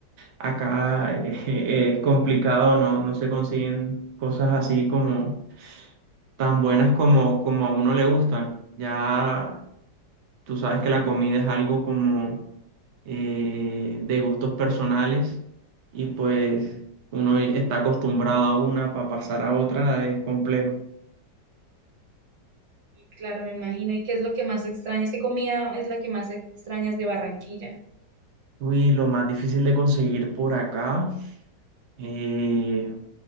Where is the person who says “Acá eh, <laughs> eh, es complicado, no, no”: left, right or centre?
Right